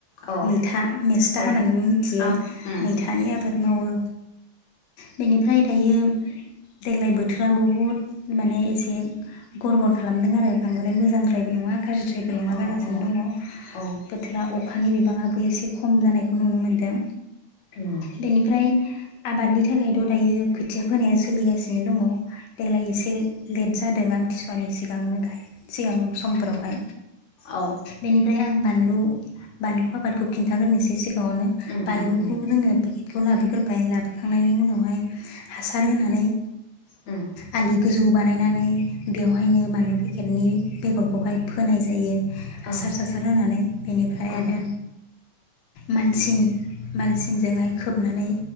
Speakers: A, on the left (about 85°); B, on the left (about 70°).
A: औ
B: मैथा, मेस्था
A: औ
B: होननानैबो मिथियो
A: औ उम
B: मैथानि आबाद मावो बेनि ओमफ्राय दायो देग्लाय बोथोरा बहुद माने एसे गरबर खालामदों आरो बांद्राय मोजांद्रायबो नङा गाज्रिद्रायबो
A: अ
B: नङा जागासिनो
A: अ
B: दङ
A: औ
B: बोथोरा अखानि बे बिबाङाबो एसे खम जानायखौ नुनो मोन्दों।
A: उम
B: बेनिफ्राय आबादनि थाखायथ' दायो खोथिया फोनाया सोलिगासिनो दङ, देग्लाय एसे लेट जादों आमथिसुवानि सिगांनो गायो सिगां समफोरावहाय।
A: औ
B: बेनिफ्राय आं बानलु, बानलु आबादखौ खिन्थाग्रोनोसै सि गाङावनो
A: उम
B: बानलुखौ
A: उम उम
B: जोङो खौ लाबोग्रोबाय लाबोखांनायनि उनावहाय हासार होनानै
A: उम।
B: आलि गोजौ बानायनानै बेव हायनो बानलु फेकेदनि बेगरखौहाय फोनाय जायो। हासार
A: औ
B: सासार होनानै बेनिफ्राय
A: उम
B: आरो मानसिन मानसिनजोंहाय खोबनानै